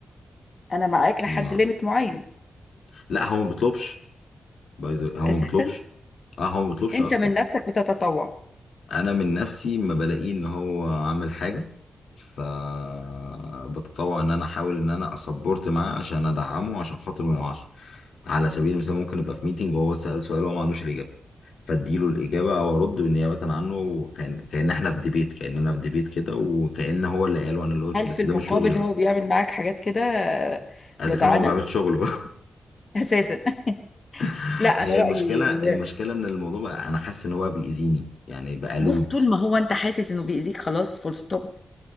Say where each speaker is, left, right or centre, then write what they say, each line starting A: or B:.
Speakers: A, on the left; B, on the left.
A: انا معاك لحد
B: ما
A: ليميت معين
B: لا هو ما بيطلبش باي ذا- هو
A: اساسا
B: ما بيطلبش اه هو ما بيطلبش
A: انت
B: اصلا
A: من نفسك بتتطوع
B: انا من نفسي ما بلاقيه ان هو عامل حاجه فبتطوع ان انا احاول ان انا اسبورت معاه عشان ادعمه عشان خاطر ما يقعش على سبيل المثال ممكن ابقى في ميتنج وهو سأل سؤال وهو ما عندوش الاجابه فاديله الاجابه او ارد بالنيابه عنه كان كان احنا في ديبيت كاننا في ديبيت كده وكان هو اللي قال وانا اللي قلت
A: هل
B: بس
A: في المقابل
B: ده مش شغلي اصلا
A: هو بيعمل معاك حاجات كده
B: اذا
A: جدعانه
B: كان هو ما بيعملش شغله
A: اساسا <laughs>
B: <laughs>
A: لا
B: هي
A: انا
B: المشكله
A: رايي
B: المشكله ان الموضوع بقى انا حاسس ان هو بيأذيني يعني بقى لود
A: بص طول ما هو انت حاسس انه بيأذيك خلاص فول ستوب